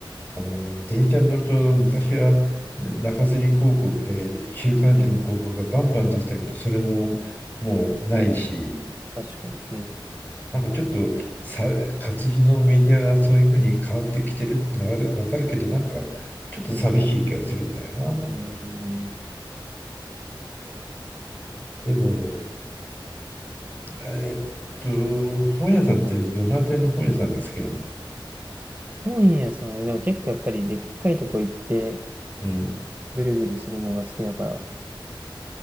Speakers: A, on the left; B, on the right.
A: あの電車に乗ると昔は中吊り広告で週刊誌の広告がバンバン出てたけど、
B: うん。
A: それももうないし。
B: うん確かに。うん。
A: なんかちょっとさ、活字のメディアがそういうふうに変わってきてるってのはある、わかるけど、なんかちょっと寂しい気がするんだよな。
B: うん。うーん。
A: でも、えっと、本屋さんってどの辺りの本屋さんが好きなの
B: 本屋さん、でも結構やっぱりでっかいとこ行って
A: うん。
B: ぐるぐるするのが好きだから、